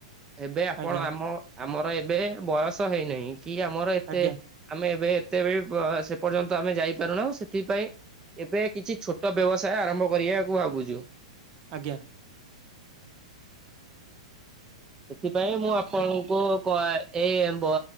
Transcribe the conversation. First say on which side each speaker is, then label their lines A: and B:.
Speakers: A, on the right; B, on the right.
A: ଏବେ ଆପଣ
B: ଆଜ୍ଞା
A: ଆମ ଆମର ଏବେ ବୟସ ହେଇନାହିଁ କି ଆମର ଏତେ
B: ଆଜ୍ଞା ଆଜ୍ଞା
A: ଆମେ ଏବେ ଏତେବି ସେତେ ପର୍ଯ୍ୟନ୍ତ ଆମେ ଯାଇପାରୁନାହୁ ସେଥିପାଇଁ। ଏବେ କିଛି ଛୋଟ ବ୍ୟବସାୟ ଆରମ୍ଭ କରିବାକୁ ଭାବୁଛୁ।
B: ଆଜ୍ଞା।
A: ସେଥିପାଇଁ ମୁଁ ଆପଣଙ୍କୁ ଏଇ ବ